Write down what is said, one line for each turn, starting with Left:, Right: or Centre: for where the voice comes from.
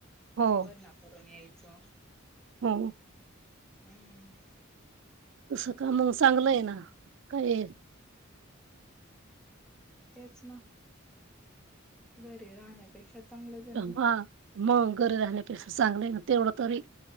Right: हो
Centre: ते भरना करून यायचं.
Right: हो हो.
Centre: हम्म.
Right: असं का? मंग चांगलंय ना. काये
Centre: तेच ना. घरी राहण्यापेक्षा चांगलंच आहे
Right: हां
Centre: ना मग
Right: मग. घरी राहण्यापेक्षा चांगलंय ना. तेवढं तरी